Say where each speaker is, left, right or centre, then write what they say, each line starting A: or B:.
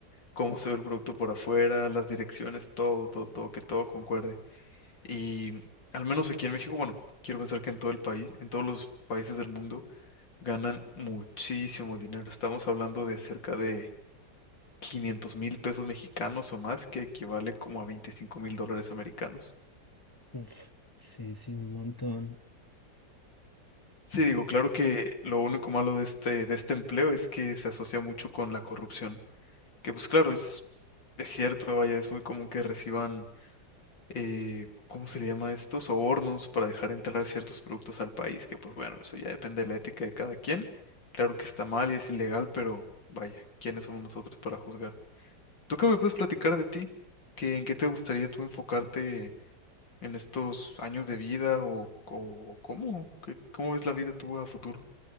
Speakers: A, on the left (about 85°); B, on the left (about 15°).
A: cómo se ve el producto por afuera, las direcciones, todo, todo, todo, que todo concuerde. Y al menos aquí en México, bueno, quiero pensar que en todo el país, en todos los países del mundo, ganan muchísimo dinero. Estamos hablando de cerca de quinientos mil pesos mexicanos o más, que equivale como a veinticinco mil dólares americanos.
B: Uf, sí, sí, un montón.
A: Sí, digo, claro que lo único malo de este, de este empleo es que se asocia mucho con la corrupción, que pues claro, es, es cierto, vaya, es muy común que reciban, eh, ¿cómo se le llama esto? Sobornos para dejar entrar ciertos productos al país, que pues bueno, eso ya depende de la ética de cada quien. Claro que está mal y es ilegal, pero vaya, ¿quiénes somos nosotros para juzgar? ¿Tú qué me puedes platicar de ti? ¿Qué, en qué te gustaría tú enfocarte? en estos años de vida o, o cómo? ¿Qué- ¿Cómo ves la vida tú a futuro?